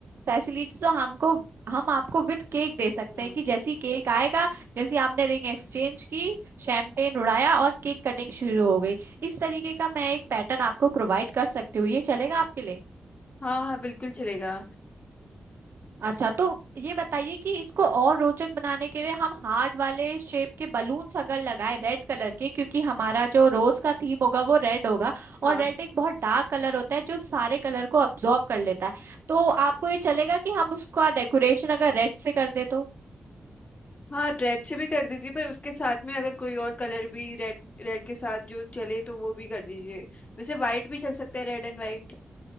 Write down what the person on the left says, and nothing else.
हम्म
हाँ
हाँ हाँ बिल्कुल चलेगा
हाँ
हाँ रेड से भी कर दीजिए पर उसके साथ में अगर कोई और कलर भी रेड रेड के साथ जो चले तो वो भी कर दीजिए वैसे वाइट भी चल सकता है रेड एंड वाइट